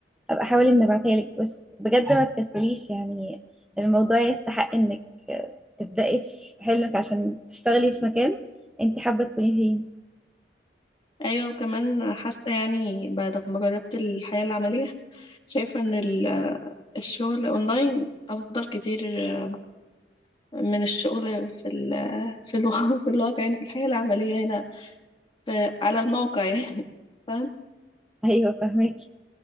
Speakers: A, in the centre; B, on the left.
A: أبقى أحاول إني أبعتها لك بس بجد ما تكسليش يعني الموضوع يستحق إنك تبدأي في حلمك عشان تشتغلي في مكان أنت حابة تكوني فيه
B: أيوة وكمان حاسة يعني بعد ما جربت الحياة العملية <laughs> شايفة إن ال- آه، الشغل أونلاين أفضل كتير آه، من الشغل في ال آه، في الواقع <laughs> في الواقع يعني في الحياة العملية هنا في على الموقع يعني <laughs>
A: أيوة فاهمك